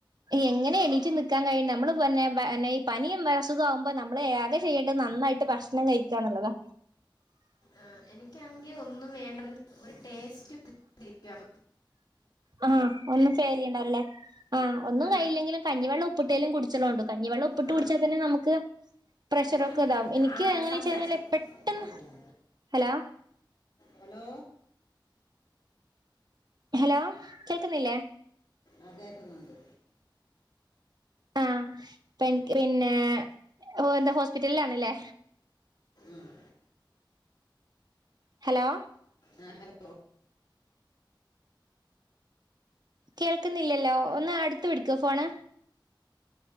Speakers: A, on the right (about 55°); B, on the left (about 60°).
A: എങ്ങനെ എണിറ്റ് നിക്കാൻ കഴിയുനേ കഴിയും. നമ്മള് പൊന്നെ. ഈ പനിയും അസുഖ വുമ്പോനമ്മളേ ഏതെ ചെയ്യണ്ടത് നന്നായിട്ട് ഭക്ഷണം. കെഴിയിക്കാന്നുള്ളതാ
B: ആഹ് എനിക്കാണെങ്കി ഒന്നും വേണ്ട. ഒരു ടേസ്റ്റ് വില്ല
A: ആഹ് ഒന്നു ചെയ്യിലുണ്ടാവുലല്ലേ. ആഹ് ഒന്നും
B: ആ
A: കയ്യില്ലെങ്കിലും കഞ്ഞിവെള്ളം ഉപ്പിട്ടേലും കുട്.. ച്ചലൊണ്ട്. കഞ്ഞിവെള്ളംപ്പിട്ട്
B: ആ
A: കുടിച്ചാൽ തന്നെ നമുക്ക്. പ്രഷറൊക്കെ
B: ഒരു മിനിറ്റ്
A: ഇതാവും. എനിക്ക് എങ്ങനെ
B: സംസാരിച്ചു
A: വെച്ചഴിഞ്ഞാൽപെട്ടെന്ന്
B: ആരുമില്ല.
A: Hello..
B: hello.
A: ഹലോ കേക്കുന്നില്ലേ..
B: ആഹ് കേക്കുന്നുണ്ട്.
A: ആ. പെൻക്ക് പിന്നെ. ഓനന്ത് ഹോസ്പിറ്റലാണ്ലേ.
B: ആഹ്
A: ഹലോ.
B: ആഹ് ഹലോ.
A: കേക്കുന്നില്ലല്ലോ ഒന്ന് അടുത്ത് പിടിക്കോ ഫോണ്.